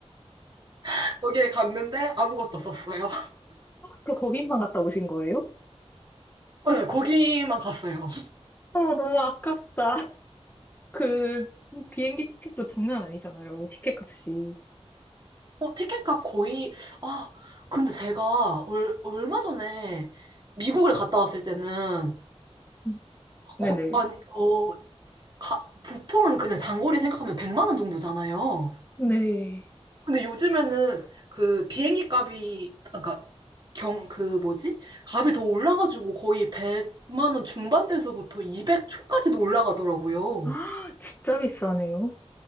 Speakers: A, on the right; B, on the left.
A: <laughs> 거기에 갔는데 아무것도 없었어요.
B: 그럼 거기만 갔다 오신 거예요?
A: 네, 거기만 갔어요.
B: 어, 너무 아깝다. 그 비행기 티켓도 장난 아니잖아요. 티켓 값이.
A: 어, 티켓값 거의, 아, 근데 제가 얼, 얼마 전에 미국을 갔다 왔을 때는,
B: 음. 네네.
A: 거, 아니, 어, 가, 보통은 그냥 장거리 생각하면 100만 원 정도잖아요.
B: 네. <gasps>
A: 근데 요즘에는 그 비행기 값이, 그러니까 경, 그 뭐지? 값이 더 올라가지고 거의 100만 원 중반대에서부터 200 초까지도 올라가더라고요.
B: 아, 진짜 비싸네요.